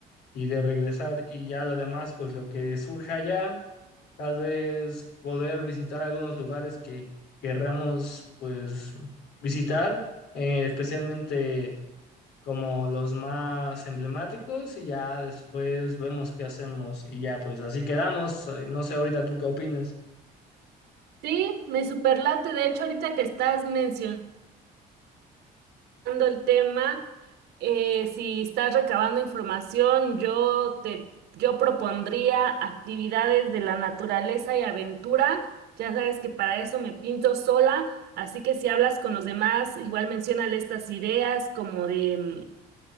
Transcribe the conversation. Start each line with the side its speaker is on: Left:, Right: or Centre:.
Left: y de regresar y ya lo demás, pues lo que surja allá, tal vez poder visitar algunos lugares que querramos, pues visitar, eh, especialmente como los más emblemáticos y ya después vemos qué hacemos y ya pues así quedamos, eh, no sé ahorita tú qué opinas.
Right: Sí, me superlate. De hecho, ahorita que estás mencionando tocando el tema, eh, si estás recabando información, yo te, yo propondría actividades de la naturaleza y aventura. Ya sabes que para eso me pinto sola, así que si hablas con los demás, igual menciónale estas ideas como de, mm,